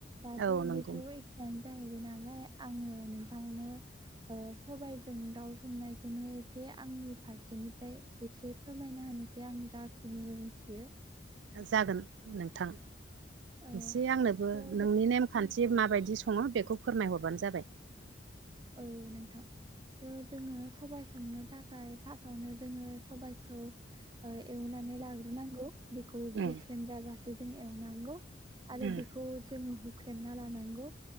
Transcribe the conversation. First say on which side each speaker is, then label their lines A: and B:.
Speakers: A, on the right; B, on the right.
A: दाथ'
B: औ नंगौ
A: बेथ' एखेयानो जाहैबाय नालाय आङो नोंथांनो ओ सबाइजों दाउ संनायखौनो एसे एसे आंनि फारसेनिफ्राय एसे फोरमायना होनोसै आं जाखिनि मिन्थियो
B: जागोन नोंथां
A: औ
B: एसे
A: स'
B: आंनोबो
A: जों
B: नोंनि नेम खानथि माबायदि सङो बेखौ फोरमायहरबानो जाबाय
A: औ नोंथां थ' जोङो सबाइ संनो थाखाय फार्स्टावनो जोङो सबाइखौ एवनानै लाग्रोनांगौ बेखौ
B: उम
A: गेस्रेम जाजासे जों एवनांगौ आरो
B: उम
A: बेखौ जोङो हुख्रेमना लानांगौ